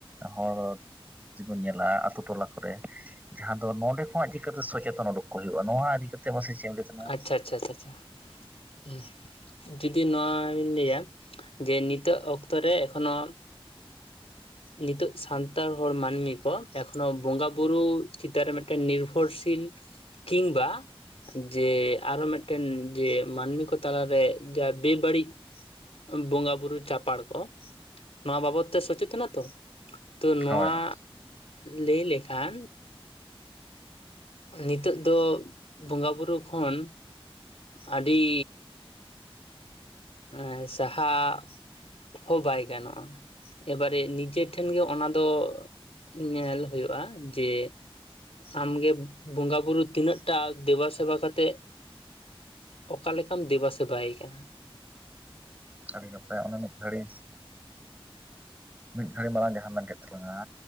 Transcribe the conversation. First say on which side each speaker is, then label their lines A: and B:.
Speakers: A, on the right; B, on the left.
A: ᱦᱚᱲ ᱪᱮᱝᱠᱚ ᱧᱮᱞᱟ ᱟᱛᱳ ᱴᱚᱞᱟ ᱠᱚᱨᱮ, ᱡᱟᱦᱟᱸ ᱫᱚ ᱱᱚᱰᱮ ᱠᱷᱚᱸᱣᱟᱜ ᱪᱤᱠᱟᱹᱛᱮ ᱥᱚᱪᱮᱛᱚᱱ ᱚᱰᱳᱠ ᱠᱚ ᱦᱩᱭᱩᱜ-ᱟ ᱱᱚᱣᱟ ᱤᱫᱤ ᱠᱟᱛᱮ ᱦᱚᱸ ᱥᱮ ᱪᱮᱫ ᱮᱢ ᱞᱟᱹᱭ ᱫᱟ
B: ᱟᱪᱪᱷᱟ ᱟᱪᱪᱷᱟ ᱟᱪᱪᱷᱟ ᱟᱪᱪᱷᱟ ᱾ ᱡᱩᱫᱤ ᱱᱚᱣᱟᱧ ᱞᱟᱹᱭᱟ ᱡᱮᱹ ᱱᱤᱛᱚᱜ ᱚᱠᱛᱚ ᱨᱮ ᱮᱠᱷᱚᱱᱚ ᱱᱤᱛᱚᱜ ᱥᱟᱱᱛᱟᱲ ᱦᱚᱲ ᱢᱟᱱᱢᱤ ᱠᱚ ᱮᱠᱷᱚᱱᱳ ᱵᱚᱸᱜᱟ ᱵᱩᱨᱩ ᱪᱮᱛᱟᱱ ᱨᱮ ᱢᱤᱫᱴᱮᱱ ᱱᱤᱨᱵᱷᱚᱨᱥᱤᱞ ᱠᱤᱝᱵᱟ ᱡᱮᱹ ᱟᱨᱚ ᱢᱤᱫᱴᱮᱱ ᱡᱮᱹ ᱢᱟᱱᱢᱤ ᱠᱚ ᱛᱟᱞᱟᱨᱮ ᱡᱟ ᱵᱮᱹ-ᱵᱟᱹᱲᱤᱡ ᱵᱚᱸᱜᱟ ᱵᱩᱨᱩ ᱪᱟᱯᱟᱲ ᱠᱚ ᱱᱚᱣᱟ ᱵᱟᱵᱚᱛ ᱛᱮ ᱥᱚᱪᱮᱛᱚᱱᱟᱛᱚ ᱛᱚ ᱱᱚᱣᱟ
A: ᱦᱳᱭ ᱦᱳᱭ
B: ᱞᱟᱹᱭ ᱞᱮᱠᱷᱟᱱ ᱱᱤᱛᱳᱜ ᱫᱚ ᱵᱚᱸᱜᱟ ᱵᱩᱨᱩ ᱠᱷᱚᱱ ᱟᱹᱰᱤ ᱮᱸ ᱥᱟᱦᱟᱜ ᱦᱚᱸ ᱵᱟᱭ ᱜᱟᱱᱚᱜᱼᱟ ᱾ ᱮᱵᱟᱨᱮ ᱱᱤᱡᱮ ᱴᱷᱮᱱ ᱜᱮ ᱚᱱᱟ ᱫᱚ ᱧᱮᱞ ᱦᱩᱭᱩᱜᱼᱟ ᱡᱮ, ᱟᱢᱜᱮ ᱵᱚᱸᱜᱟ ᱵᱩᱨᱩ ᱛᱤᱱᱟᱹᱜᱴᱟ ᱫᱮᱵᱟ ᱥᱮᱵᱟ ᱠᱟᱛᱮᱫ ᱚᱠᱟ ᱞᱮᱠᱟᱢ ᱫᱮᱵᱟ ᱥᱮᱵᱟᱭ ᱠᱟᱱᱟ᱾
A: ᱥᱟ. ᱨᱤ ᱠᱟᱛᱷᱟ ᱚᱱᱟ ᱢᱤᱫ ᱜᱷᱟᱹᱲᱤ, ᱢᱤᱫ ᱜᱷᱟᱹᱲᱤ ᱢᱟᱲᱟᱝ ᱡᱟᱦᱟᱸ ᱢᱮᱱ ᱠᱮᱫ ᱛᱟᱞᱟᱝᱟ,